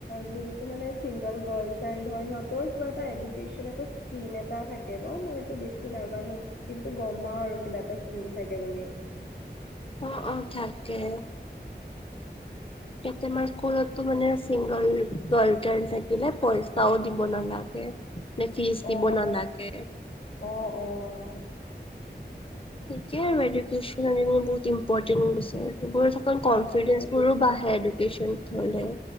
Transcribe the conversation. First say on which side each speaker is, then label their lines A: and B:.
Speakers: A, on the left; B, on the left.
A: যোনটো মানে চিংগল গাৰ্ল চাইল হয় সিহঁতৰ, পোৱা এটা এডু কেশ্বন টো স্কীম এটা থাকে ন' মইতটো বেছি নাজানো। কিন্তু গম পাওঁ আৰু কিবা এটা স্কীম থাকে বুলি।
B: অ', অ' থাকে। কেইটামান স্কুলটো মানে চিংগল গাৰ্ল চাইল থাকিলে, পইচাও দি দিব নালাগে, নে ফিছ
A: অ
B: দিব নালাগে।
A: অ', অ'।
B: ঠিকে আৰু এডুকেশ্বনে আনিবলৈ বহুত ইম্পৰ্টেট দিছে, এইবোৰ চব অকণ
A: অ
B: কনফিডেন্ঞ্চবোৰো
A: এতিয়া
B: বাঢ়ে এডুকেশ্যন হ'লে।